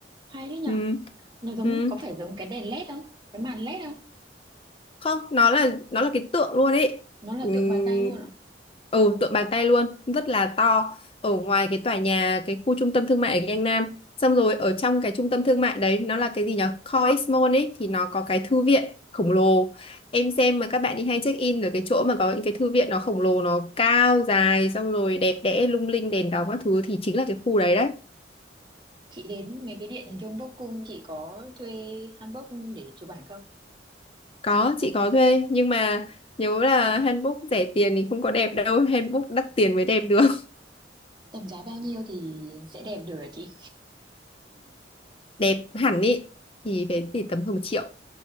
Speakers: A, on the right; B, on the left.
A: hay đấy nhở
B: <laughs> ừ.
A: nó giống
B: Ừ.
A: có phải giống cái đèn led không cái màn led không
B: không nó là nó là cái tượng luôn ấy
A: nó là
B: Ừm,
A: tượng bàn tay luôn ạ
B: ừ tượng bàn tay luôn rất là to ở ngoài cái tòa nhà cái khu trung tâm thương mại ở Gangnam Nam xong rồi ở trong cái trung tâm thương mại đấy nó là cái gì nhở COEX Mall ấy thì nó có cái thư viện khổng lồ em xem mà các bạn đi hay check in ở cái chỗ mà có những cái thư viện nó khổng lồ nó cao dài xong rồi đẹp đẽ lung linh đèn đóm các thứ thì chính là cái khu đấy đấy
A: chị đến mấy cái điện Gyeongbok cung chị có thuê hanbok để chụp ảnh không
B: có chị có thuê nhưng mà nhớ là handbook rẻ tiền thì không có đẹp đâu <laughs> handbook đắt tiền mới đẹp được
A: tầm giá bao nhiêu thì sẽ đẹp được hả chị
B: đẹp hẳn ý thì đến thì tầm hơn một triệu